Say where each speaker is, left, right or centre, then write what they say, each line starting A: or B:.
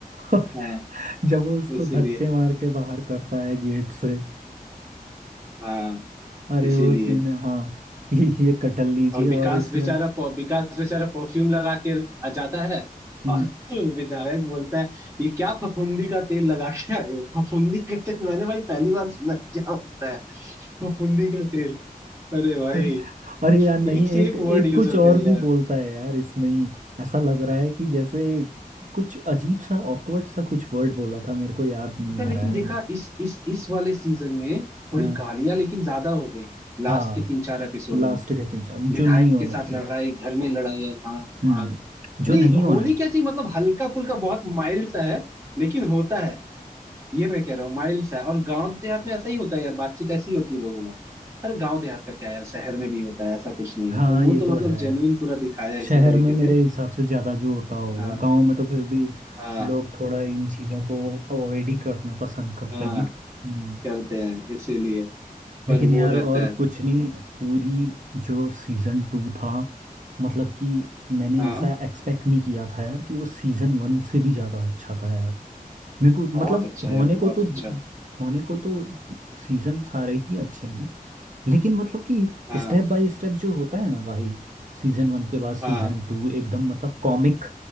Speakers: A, on the right; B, on the right.
A: और
B: हाँ
A: जब वो उसको
B: इसीलिए
A: धक्के मार के बाहर करता है गेट से
B: हाँ
A: अरे
B: इसीलिए
A: वो सीन है हाँ ये ये कटहल लीजिए
B: और विकास
A: और इसमें
B: बेचारा प- विकास बेचारा परफ्यूम लगा के आ जाता है
A: हम्म
B: और <laughs> विधायक बोलता है ये क्या फफूंदी का तेल लगा के आए हो फफूंदी का तेल मैंने भाई पहली बार सुना है, क्या होता है फफूंदी का तेल अरे भाई
A: अरे अरे यार नहीं
B: एक से
A: एक
B: एक
A: एक
B: वर्ड यूज
A: कुछ
B: होते
A: और
B: हैं
A: भी
B: यार
A: बोलता है यार इसमें ही ऐसा लग रहा है कि जैसे कुछ अजीब सा ऑकवर्ड सा कुछ वर्ड बोला था मेरे को याद नहीं
B: अच्छा
A: आ
B: लेकिन
A: रहा
B: देखा
A: है
B: इस इस इस वाले सीजन में थोड़ी
A: हाँ
B: गालियां लेकिन ज्यादा हो गई लास्ट
A: हाँ
B: के तीन चार एपिसोड
A: लास्ट
B: में
A: के तीन साल
B: विधायक
A: जो नहीं होना
B: के साथ
A: चाहिए
B: लड़ाई घर में लड़ाई और हाँ
A: हम्म
B: हाँ नहीं
A: जो नहीं होना
B: होनी क्या चाहिए मतलब हल्का फुल्का बहुत माइल्ड सा है लेकिन होता है ये मैं कह रहा हूँ माइल्ड सा है और गांव देहात में ऐसा ही होता है यार बातचीत ऐसी ही होती है लोगों में अरे गांव देहात का क्या यार शहर में भी होता है ऐसा कुछ नहीं
A: हाँ
B: है तो वो
A: ये
B: तो
A: तो
B: मतलब
A: है
B: जेन्युइन पूरा दिखाया है
A: शहर
B: इसी तरीके
A: में मेरे
B: से
A: हिसाब से ज़्यादा जो होता होगा
B: हाँ
A: गांव में तो फिर भी
B: हाँ
A: लोग थोड़ा इन चीज़ों को अवॉइड ही करना पसंद करते
B: हाँ
A: हैं ना हम्म
B: करते हैं इसीलिए
A: लेकिन
B: पर वो
A: यार
B: रहता
A: और
B: है
A: कुछ नहीं पूरी जो सीजन टू था मतलब कि मैंने
B: हाँ
A: ऐसा एक्सपेक्ट नहीं किया था यार कि वो सीजन वन से भी ज़्यादा अच्छा था यार मेरे को
B: बहुत
A: मतलब
B: अच्छा
A: होने
B: यार बहुत
A: को तो
B: अच्छा
A: होने को तो सीजन सारे ही अच्छे हैं लेकिन मतलब कि
B: हाँ
A: स्टेप बाय स्टेप जो होता है ना भाई सीजन वन के बाद सीजन
B: हाँ
A: टू एकदम मतलब कॉमिक